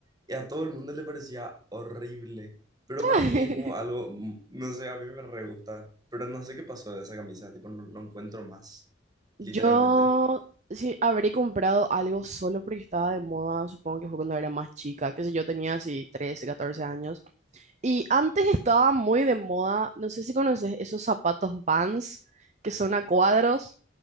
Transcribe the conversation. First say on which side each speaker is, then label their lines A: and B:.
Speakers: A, on the right; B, on the right.
A: y a todo el mundo le parecía horrible, pero
B: <laughs>
A: para mí es como algo, mm, no sé, a mí me re gusta, pero no sé qué pasó de esa camisa, tipo, no, no encuentro más,
B: Yo
A: literalmente.
B: sí habré comprado algo solo porque estaba de moda, supongo que fue cuando era más chica, que sé yo, tenía así 13 14 años. Y antes estaba muy de moda, no sé si conoces esos zapatos Vans que son a cuadros,